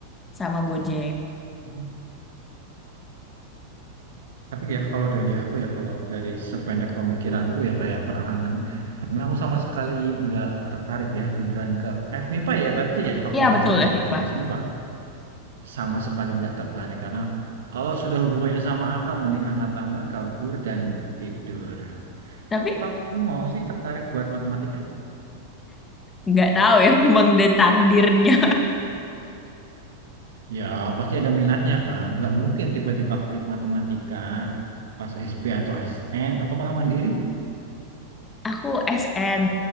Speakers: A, on the left; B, on the right.
A: sama Gojek.
B: hmm. Tapi ya kalau dari aku ya kalau dari sependek pemikiranku ya kayak perangan karena aku sama sekali nggak tertarik ya beneran ke FMIPA ya berarti ya fakultasnya
A: Iya, betul FMIPA.
B: ya fakultas MIPA. sama sekali nggak tertarik karena kalau sudah hubungannya sama angka mending angkat tangan kabur dan tidur.
A: Tapi
B: Tapi kok kamu mau sih tertarik buat matematika?
A: nggak tahu ya, <laughs> memang udah takdirnya.
B: Ya pasti ada minatnya kan, nggak mungkin tiba-tiba klik matematika pas SP atau SN atau malah mandiri.
A: <laughs> Aku SN.